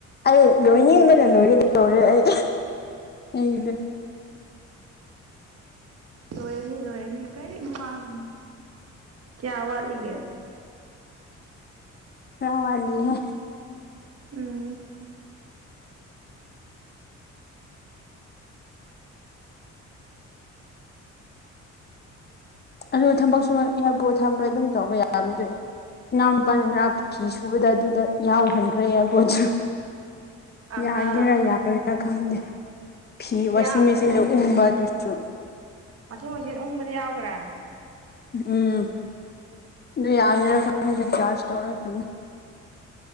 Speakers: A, on the left (about 35°); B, on the right (about 50°).
A: ꯑꯩ ꯂꯣꯏꯅꯤꯡꯕꯅ ꯂꯣꯏꯒꯗꯧꯔꯦ ꯑꯩ ꯑꯩꯗ‌ꯣ
B: ꯂꯣꯏꯔꯅꯤ ꯂꯣꯏꯔꯅꯤ ꯀꯔꯤꯝ ꯋꯥꯒꯅꯨ ꯀꯌꯥ ꯋꯥꯠꯂꯤꯒꯦ
A: ꯈꯔ ꯋꯥꯠꯂꯤ ꯍꯦ
B: ꯎꯝ
A: ꯑꯗꯨ ꯊꯕꯛ ꯁꯨꯔ ꯏꯌꯔꯄ‌ꯣꯠ ꯊꯥꯕ ꯑꯗꯨꯝ ꯇꯧꯕ ꯌꯥꯕꯅꯤꯗꯣ ꯏ ꯏꯅꯥꯎ ꯅꯨꯄꯥꯅ ꯉꯔꯥꯡ ꯐꯤ ꯁꯨꯕꯗ ꯑꯗꯨꯗ ꯌꯥꯎꯍꯟꯈ꯭ꯔꯦ ꯏꯌꯔꯕꯣꯠꯁꯨ
B: ꯑꯍꯥ
A: ꯌꯥꯒꯦꯔꯥ ꯌꯥꯔꯣꯏꯔꯥ ꯈꯪꯗꯦ ꯐꯤ ꯋꯥꯁꯤꯡ
B: ꯌꯥꯕꯅꯦꯍꯦ
A: ꯃꯦꯆꯤꯟꯗ ꯎꯪꯕ ꯑꯗꯨꯁꯨ
B: ꯋꯥꯁꯤꯡ ꯃꯦꯆꯤꯟ ꯎꯪꯕꯗ ꯌꯥꯎꯈꯔꯦ
A: ꯎꯝ ꯑꯗꯨ ꯌꯥꯒꯦꯔꯥ ꯈꯪꯗꯦ ꯆꯥꯔꯖ ꯇꯧꯔ ꯊꯝꯃꯦ